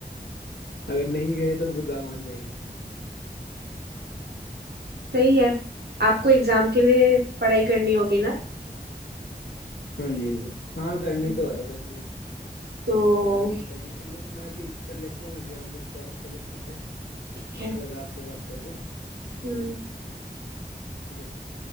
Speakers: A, on the left; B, on the right.
A: अगर नहीं गए तो बुरा मान जाएंगे
B: सही है आपको एग्जाम के लिए पढ़ाई करनी होगी ना
A: हाँ जी हाँ जी हाँ करनी
B: हम्म,
A: तो है बस ये
B: तो
A: थोड़ा यही था कि चलो मैं भी कर लेता हूँ एग्जाम की तैयारी चलो ठीक है
B: ठीक
A: अच्छा लगा आपसे बात करके ठीक
B: है
A: है